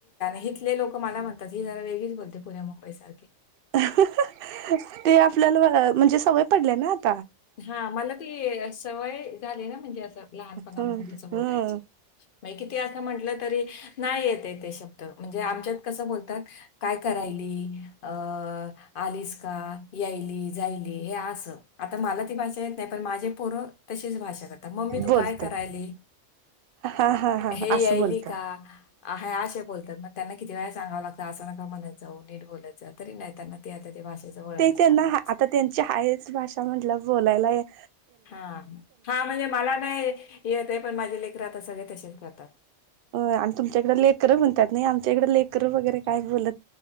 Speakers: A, on the left; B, on the right.
A: हिथले लोक मला म्हणतात ही जरा वेगळीच बोलते पुण्या मुंबई सारखी
B: <unintelligible> ते आपल्याला म्हणेस <unintelligible> सवय पडल्याना त.
A: हा मला ती सवय झाली ना, म्हणजे असं लहानपणापासून
B: हम्म
A: तुसं बोलायच.
B: हम्म
A: म किती असं म्हटलं तरी नाही येते ते शब्द म्हणजे आमच्यात कस बोलतात काय करा अ आलीस का याय जायली हे अस. आता मला ती भाय येत नाही पण माझे पोर तशीच भाषा करता मम्मी तू
B: बोलतात
A: काय करायली
B: हा हा हा
A: हे
B: असं
A: यायली
B: बोलतात
A: का आहे असशे बोलतात, मग त्यांना किती वेळा सांगावं लागतं, असं ना का म्हणायचं नीट बोलायचं, तरी नाही त्यांना ते ते भाषेचं वळणच
B: ते त्यांना
A: लागतं.
B: आता त्यांची हायच भाषा. च म्हणला बवलायलाय <unintelligible>
A: हा हा म्हणजे मला नाही य येत आहे, पण माझे लेकर आता सगळे तसेच करत.
B: अ आणि तुमच्या इकडं लेकर म्हणतात ना, आमच्या इकडे लेकर वगैरे. काय बोल.